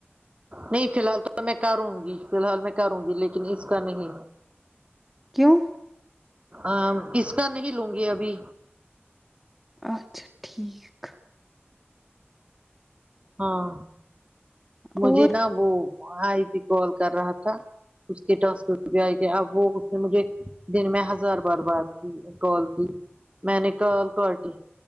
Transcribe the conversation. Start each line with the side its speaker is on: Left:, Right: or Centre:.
Right: نہیں فی الحال تو میں کروں گی فی الحال میں کروں گی لیکن اس کا نہیں
Centre: کیوں
Right: آں اس کا نہیں لوں گی ابھی
Centre: اچھا ٹھیک
Right: ہاں مجھے
Centre: اور
Right: نا وہ آئی بی کال کر رہا تھا اس کے ٹاسک آئی گی اب وہ مجھے دن میں ہزار بار بات کی کال کی میں نے کال کٹی